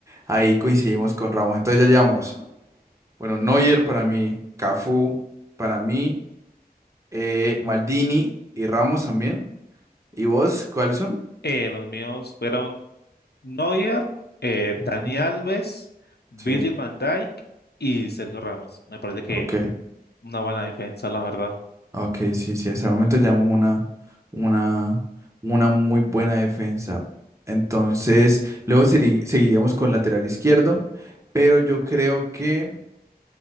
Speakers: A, on the right; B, on the left.
A: ahí coincidimos con Ramos. Entonces ya llevamos, bueno, Neuer para mí, Cafú para mí, eh, Maldini y Ramos también. ¿Y vos cuáles son?
B: Eh, los míos fueron Neuer, eh,
A: Ujú.
B: Dani Alves, Virgil
A: Sí,
B: van Dijk y Sergio Ramos. Me parece que
A: ok.
B: una buena defensa, la verdad.
A: Ok, sí, sí, hasta el momento llevamos una, una, una muy buena defensa. Entonces, luego seri- seguiríamos con lateral izquierdo, pero yo creo que,